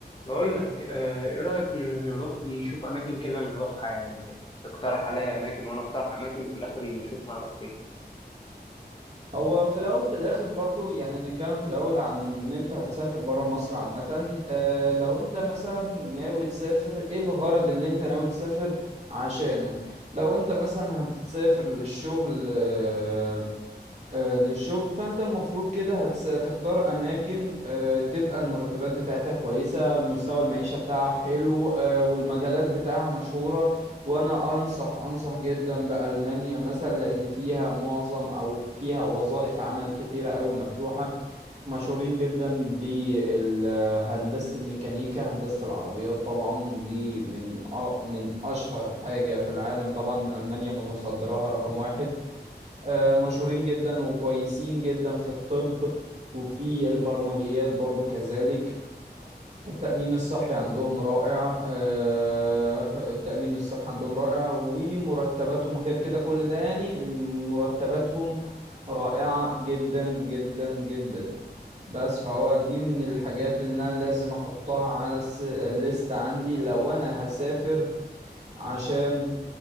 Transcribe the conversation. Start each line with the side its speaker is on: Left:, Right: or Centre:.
Left: بقول لك آه، ايه رأيك ن- نروح نشوف اماكن كده نروحها يعني كده تقترح عليا اماكن وانا اقترح اماكن وفي الاخر نشوف هنروح فين
Right: هو في الأول في الآخر برضو يعني نتكلم في الأول عن إن أنت هتسافر برا مصر عامة آه، لو أنت مثلا ناوي تسافر إيه الغرض اللي أنت ناوي تسافر عشانه لو أنت مثلا هتسافر للشغل آه، آه، للشغل فانت المفروض كده هتس- هتختار اماكن آه، تبقى المرتبات بتاعتها كويسة مستوى المعيشة بتاعها حلو آه، والمجالات بتاعها مشهورة وانا انصح انصح جدا بألمانيا مثلا لان فيها معظم او فيها وظائف عمل كتيرة قوي مفتوحة مشهورين جدا بهندسة الميكانيكا هندسة العربيات طبعا دي من أ- من اشهر حاجة في العالم طبعا ألمانيا متصدرها رقم واحد آه، مشهورين جدا وكويسين جدا في الطب وفي البرمجيات برضو كذلك التأمين الصحي عندهم رائع آه، التأمين الصحي عندهم رائع ومرتباتهم غير كده كل ده يعني مرتباتهم رائعة جدا جدا جدا بس فهو دي من الحاجات اللي انا لازم احطها على الس- الليست عندي لو انا هسافر عشان